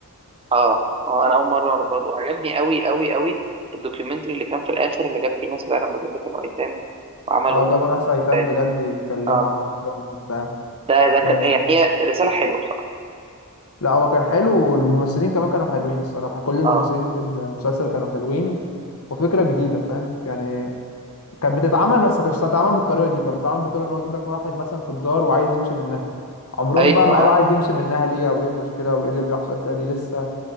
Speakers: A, on the right; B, on the left.
A: اه اه انا اول مره اعرف برضه عجبني قوي قوي قوي الدوكيومنتري اللي كان في الاخر اللي جاب فيه ناس فعلا بجد كانوا ايتام وعملوا
B: اه جابوا ناس ايتام
A: كتاب
B: بجد يتكلموا
A: اه
B: عن نفسهم وبتاع
A: ده ده كان
B: آه،
A: يعني هي رساله حلوه بصراحه
B: لا هو كان حلو والممثلين كمان كانوا حلوين الصراحة كل الممثلين
A: اه
B: في المسلسل كانوا حلوين وفكرة جديدة فاهم يعني كانت بتتعمل بس ما كانتش بتتعمل بالطريقة دي كانت بتتعمل بطريقة ان هو يجيب لك واحد مثلا في الدار وعايز يمشي منها عمرهم
A: ايوه
B: بقى ما قالوا
A: اه
B: عايز يمشي منها ليه او ايه المشكلة وايه اللي بيحصل كده دي لسه